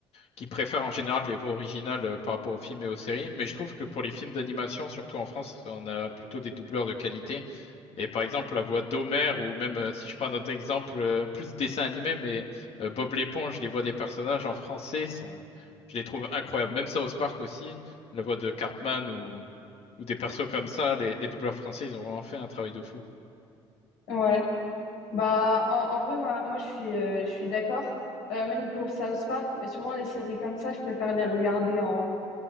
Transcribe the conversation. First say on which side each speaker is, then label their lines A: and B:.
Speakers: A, on the left; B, on the left.
A: qui préfèrent en général les voix originales euh, par rapport aux films et aux séries. Mais je trouve que pour les films d'animation, surtout en France, on a plutôt des doubleurs de qualité. Et par exemple, la voix d'Homer, ou même euh, si je prends un autre exemple, euh, plus dessin animé, mais euh, Bob l'éponge, les voix des personnages en français sont, je les trouve incroyables. Même South Park aussi, la voix de Cartman ou, ou des persos comme ça, les, les doubleurs français, ils ont vraiment fait un travail de fou.
B: Ouais. Bah, en, en vrai, moi, moi je suis, euh, je suis d'accord. Euh, même pour South Park, euh, souvent les séries comme ça, je préfère les regarder en,